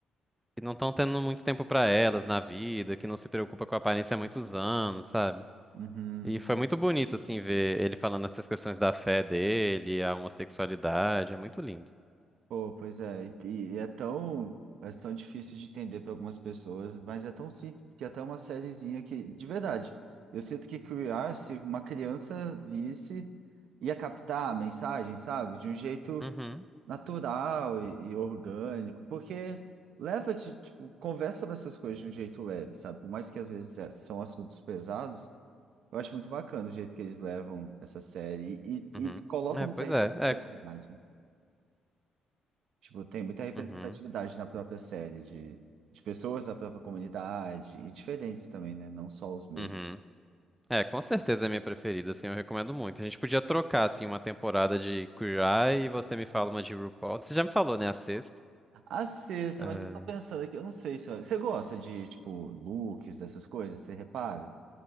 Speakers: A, in the centre; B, on the right (about 75°).
A: que não estão tendo muito tempo pra elas na vida, que não se preocupa com a aparência há muitos anos, sabe?
B: Uhum.
A: E foi muito bonito, assim, ver ele falando essas questões da fé dele, a homossexualidade, é muito lindo.
B: Pô, pois é. E, e- e é tão. É tão difícil de entender para algumas pessoas, mas é tão simples que até uma sériezinha que, de verdade, eu sinto que criar, se uma criança visse, ia captar a mensagem, sabe? De um jeito
A: Uhum,
B: natural e, e orgânico, porque leva de, tipo, conversa sobre essas coisas de um jeito leve, sabe? Por mais que às vezes é- são assuntos pesados, eu acho muito bacana o jeito que eles levam essa série e, e
A: uhum.
B: colocam
A: É,
B: muita
A: pois
B: representatividade.
A: é. É, co-
B: né? Tipo, tem muita representatividade
A: uhum,
B: na própria série de, de pessoas da própria comunidade e diferentes também, né? Não só os mesmos.
A: uhum. É, com certeza é minha preferida, assim, eu recomendo muito. A gente podia trocar, assim, uma temporada de Queer Eye e você me fala uma de RuPaul. Você já me falou, né, a sexta?
B: A sexta,
A: Ah,
B: mas eu tô pensando aqui, eu não sei se você gosta de, tipo, looks, dessas coisas, você repara?